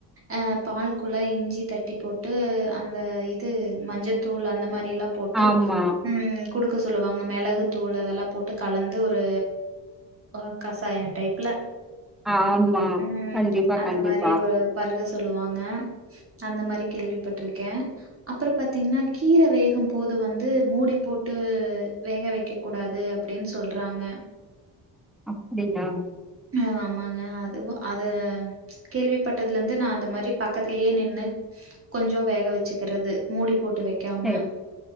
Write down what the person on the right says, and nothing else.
அ பால்குல்ல இஞ்சி தட்டி போட்டு அந்த இது மஞ்சத்தூள் அந்த மாரி எல்லா போட்டு
ம் குடுக்க சொல்லுவாங்க மெளகு தூள் அதெல்லா போட்டு கலந்து ஒரு பா கசாயம் டைப்ல
ம்
அந்த
மாரி ஒ பருக சொல்லுவாங்க அந்த மாரி கேள்விப்பட்ருக்கே அப்புற பாத்தீங்கன்னா கீர வேகும் போது வந்து மூடி போட்டு வேக வெக்க கூடாது அப்டின் சொல்றாங்க
ம் ஆமாங்க அதுவு அத கேள்விப்பட்டதுல இருந்து நா அந்த மாரி பக்கத்துலயே நின்னு கொஞ்ச வேக வச்சுக்கிறது மூடி போட்டு வக்காம